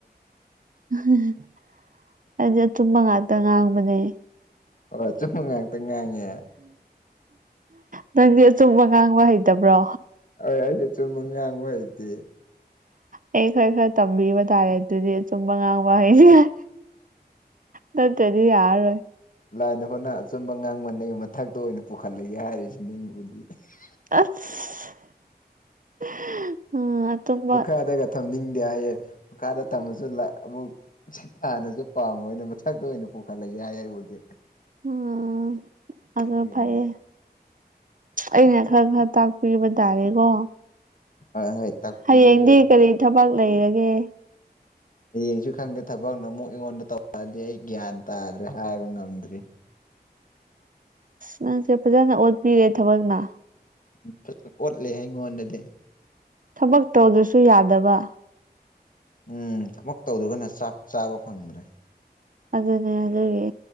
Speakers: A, on the right; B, on the left.
A: <unintelligible> ꯑꯩꯗꯤ ꯑꯆꯨꯝꯕ ꯉꯥꯛꯇ ꯉꯥꯡꯕꯅꯦ
B: ꯑꯣ ꯑꯆꯨꯝꯕ ꯉꯥꯛꯇꯥ ꯉꯥꯡꯉꯦ
A: ꯅꯪꯗꯤ ꯑꯆꯨꯝꯕ ꯉꯥꯡꯕ ꯍꯩꯇꯕ꯭ꯔꯣ
B: ꯍꯣꯏ ꯑꯩꯗꯤ ꯑꯆꯨꯝꯕ ꯉꯥꯡꯕ ꯍꯩꯇꯦ
A: ꯑꯩ ꯈꯔ ꯈꯔ ꯇꯝꯕꯤꯕꯥ ꯇꯥꯔꯦ ꯑꯗꯨꯗꯤ ꯑꯆꯨꯝꯕ ꯉꯥꯡꯕ ꯍꯩꯅꯤꯉꯥꯏ ꯅꯠꯇꯗꯤ ꯌꯥꯔꯣꯏ
B: ꯂꯥꯏꯟ ꯑꯃꯥꯅ ꯑꯆꯨꯝꯕ ꯉꯥꯡꯕꯅꯦ ꯃꯊꯛꯇ ꯑꯣꯏꯅ ꯄꯨꯈꯠꯂꯛꯒꯦ ꯍꯥꯏꯔꯤꯁꯤ <unintelligible>
A: ꯑꯁ <unintelligible> ꯑꯆꯨꯝꯕ
B: ꯃꯈꯥꯗꯒ ꯊꯝꯅꯤꯡꯗꯦ ꯍꯥꯏꯌꯦ ꯃꯈꯥꯗ ꯊꯝꯃꯁꯨ ꯑꯃꯨꯛ ꯁꯤ ꯊꯥꯅꯁꯨ ꯄꯥꯝꯃ ꯑꯣꯏꯅ ꯃꯊꯛꯇ ꯑꯣꯏꯅ ꯄꯨꯈꯠꯂꯛꯏꯦ ꯍꯥꯏꯌꯦ ꯑꯩꯕꯨꯗꯤ
A: ꯎꯝ ꯑꯒ
B: ꯑꯗꯨꯒꯤꯅꯤꯗ
A: ꯐꯥꯏꯌꯦ ꯑꯩꯅ ꯈꯔ ꯈꯔ ꯇꯥꯛꯄꯤꯕ ꯇꯥꯔꯦꯀꯣ
B: ꯍꯣꯏ ꯍꯣꯏ ꯇꯥꯛꯄꯤꯌꯨ
A: ꯍꯌꯦꯡꯗꯤ ꯀꯔꯤ ꯊꯕꯛ ꯂꯩꯔꯒꯦ
B: ꯍꯌꯦꯡꯁꯨ ꯈꯪꯗꯦ ꯊꯕꯛꯅ ꯑꯃꯨꯛ ꯑꯩꯉꯣꯟꯗ ꯇꯧꯔꯛꯑꯗꯤ ꯑꯩ ꯒ꯭ꯌꯥꯟ ꯇꯥꯗ꯭ꯔꯦ ꯍꯥꯏꯕ ꯉꯝꯗ꯭ꯔꯤ
A: ꯑ ꯅꯪꯁꯦ ꯐꯖꯅ ꯑꯣꯠꯄꯤꯔꯦ ꯊꯕꯛꯅ
B: ꯎ ꯐꯖꯅ ꯑꯣꯠꯂꯦ ꯍꯥꯏ ꯑꯩꯉꯣꯟꯗꯗꯤ
A: ꯊꯕꯛ ꯇꯧꯗ꯭ꯔꯁꯨ ꯌꯥꯗꯕ
B: ꯎꯝ ꯊꯕꯛ ꯇꯧꯗꯨꯒꯅ ꯆꯥꯛ ꯆꯥꯕ ꯐꯪꯗ꯭ꯔꯦ
A: ꯑꯗꯨꯅꯦ ꯑꯗꯨꯒꯤ